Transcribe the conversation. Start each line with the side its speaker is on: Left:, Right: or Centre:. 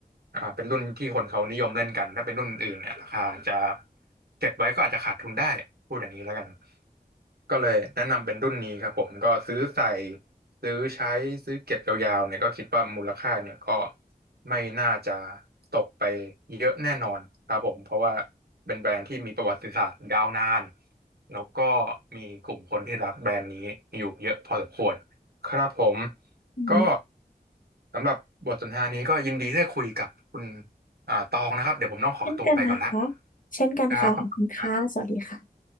Right: อ่าเป็นรุ่นที่คนเขานิยมเล่นกันถ้าเป็นรุ่นอื่นเนี่ยราคาจะเก็บไว้ก็อาจจะขาดทุนได้พูดอย่างนี้แล้วกัน ก็เลยแนะนำเป็นรุ่นนี้ครับผมก็ซื้อใส่ซื้อใช้ซื้อเก็บยาวๆเนี่ยก็คิดว่ามูลค่าเนี่ยก็ไม่น่าจะตกไปเยอะแน่นอนครับผมเพราะว่าเป็นแบรนด์ที่มีประวัติศาสตร์ยาวนานแล้วก็มีกลุ่มคนที่รักแบรนด์นี้อยู่เยอะพอสมควรครับผม
Left: อืม
Right: ก็สำหรับบทสนทนานี้ก็ยินดีที่ได้คุยกับคุณอ่าตองนะครับเดี๋ยวผมต้องขอตัวไปก่อนละ
Left: เช่นกันนะคะเช่นกันค่ะขอบคุณค่ะสวัสดีค่ะ
Right: ครับขอบคุณครับ